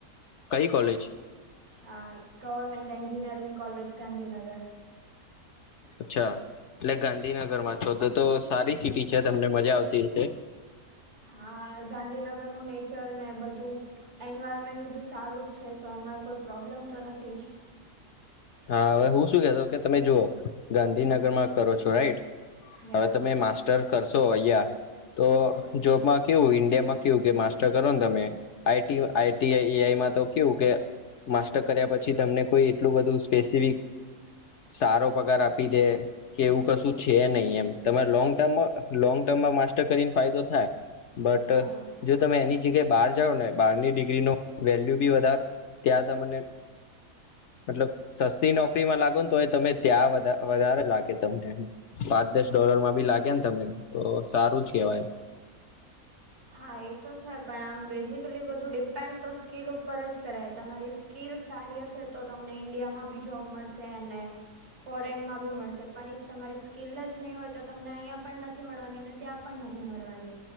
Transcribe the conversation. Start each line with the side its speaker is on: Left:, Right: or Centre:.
Left: કઈ કોલેજ
Right: હ ગવર્મેન્ટ એન્જિનીિયરીંગ કોલેજ ગાંધીનગર
Left: અચ્છા એટલે ગાંધીનગર માં છો તો તો સારી સિટી છે તમને મજા આવતી હશે.
Right: હા ગાંધીનગરનું નેચર ને બધું એન્વાયરમેન્ટ બધું સારું જ છે સ એમાંરે કોઈ પ્રોબ્લેમ તો નથી જ
Left: હા હવે હું શું કેતો કે તમે જુઓ ગાંધીનગર
Right: હા
Left: માં કરો છો રાઈટ
Right: યા
Left: હવે તમે માસ્ટર કરશો અહયા તો
Right: હમ
Left: જોબમાં કેવું ઇન્ડિયામાં કેવું કે માસ્ટર કરો ને તમે આ આઈટી આઈમાં તો કેવું કે માસ્ટર કર્યા પછી તમને કોઈ એટલું બધું સ્પેસિફિક સારો પગાર આપી દે કે એવું કશું છે નહી એમ તમારે લોંગ ટર્મ લોંગ ટર્મમાં માસ્ટર કરીને ફાયદો થાય બટ
Right: હા
Left: જો તમે એની જગ્યાએ બહાર જાઓ ને બહારની ડિગ્રી ન વેલ્યુ બી વધારો ત્યાં તમને મતલબ સસ્તી નોકરીમાં લાગો ને તો એ તમે ત્યાં વધારે લાગે તમને એમ પાંચ દસ ડોલર માં ભી લાગે ને તમે તો સારું જ કેવાયમ
Right: હા એ તો છે પણ આમ બેઝિકલી બધું ડિપેન્ડ તો સ્કીિલ ઉપર જ કરાય તમારી સ્કીિલ સારી હશે તો તમને ઇન્ડિયામાં બી જોબ મળશે અને ફોરેનમાં બી મળશે પણ ઇફ તમારી સ્કીિલ જ નહીં હોય તો તમને અહીંયા પણ નથી મળવાની નથી ત્યાં પણ નથી મળવાની.